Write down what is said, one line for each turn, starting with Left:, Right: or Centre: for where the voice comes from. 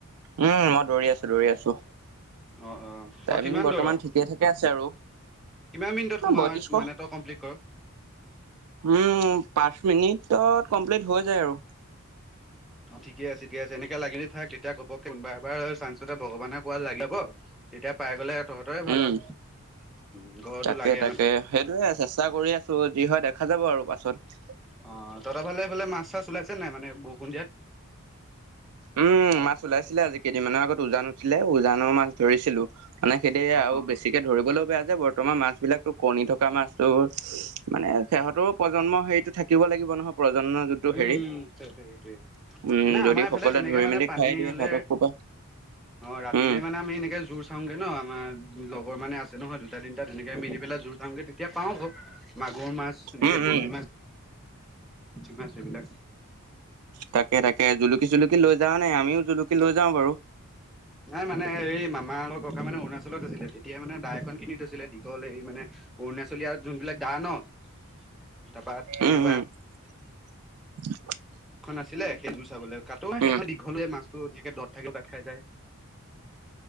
Right: উম মই দৌৰি আছো দৌৰি আছো।
Centre: অ অ তই
Right: টাইমিং
Centre: কিমান
Right: বৰ্তমান
Centre: দৌৰ
Right: ঠিকে থাকে আছে আৰু।
Centre: কিমান মিনিটত সোমা
Right: বয়ত্ৰিশশ
Centre: মানে তই কমপ্লিট কৰ।
Right: উম পাঁচ মিনিটত কমপ্লিট হৈ যায় আৰু।
Centre: অ' ঠিকে আছে ঠিক আছে এনেকে লাগিলি থাক তেতিয়া ঘপক কোনোবা এবাৰ চাঞ্চতে ভগৱানৰ কোৱাত লাগি যাব। তেতিয়া পাই গলে তহঁতেৰে ভাল
Right: উম
Centre: আৰু উম, ঘৰতো
Right: তাকে
Centre: লাগে
Right: তাকে
Centre: মানে
Right: সেইটোয়ে চেষ্টা কৰি আছো যি হয় দেখা যাব আৰু পাছত।
Centre: অ ' তহফালে সফালে মাছ চাছ ওলাইছে নাই মানে বৰষুণ দিয়াত।
Right: উম মাছ ওলাইছিলে আজি কেইদিনমানৰ আগত উজান উঠিলে উজানৰ মাছ ধৰিছিলো মানে সেইদি
Centre: অ
Right: আৰু
Centre: অ
Right: বেছিকে ধৰিবলৈও বেয়া বৰ্তমান মাছ বিলাকো কণী থকা মাছতো মানে সিহঁতৰো প্ৰজন্ম হেৰিতটো থাকিব লাগিব নহয়। প্ৰজন্ম যোনটো
Centre: উম-
Right: হেৰি
Centre: উম সেই সেইটোৱে
Right: উম
Centre: মানে
Right: যদি
Centre: আমাৰ এইফালে
Right: সকলোৱে
Centre: তেনেকে
Right: ধৰি
Centre: মানে
Right: মেলি
Centre: পানী
Right: খাই দিয়ে
Centre: হলে
Right: সিহঁতক ক'বা
Centre: অ' ৰাতিলে
Right: উম
Centre: মানে আমি এনেকে জোৰ চাওঁগে ন। ন আমাৰ লগৰ মানে আছে নহয় দুটা তিনিটা তেনেকে মিলি পেলাই জোৰ চাওঁগে তেতিয়া পাও মাগুৰ মাছ, এনেকে
Right: উম
Centre: গৰৈ
Right: উম
Centre: মাছ মাছ বিলাক।
Right: তাকে তাকে জুলুকি চুলুকি লৈ যাওঁ নে আমিও জুলুকি লৈ যাও বাৰু।
Centre: নাই মানে এই মামাৰ লগৰ ককা মানে অৰুণাচলত আছিলে তেতিয়াই মানে দাই এখন কিনি থৈছিলে দীঘল এই মানে অৰুণাচলীয়া যোনবিলাক দা ন তাৰপা তেনেকুৱা
Right: উম উম <inaudible>
Centre: এখন আছিলে সেইযোৰ চাবলৈ কাটো
Right: উম
Centre: সেইখন দীঘলয়ে মাছ দত থাকি ভাত খাই যায়।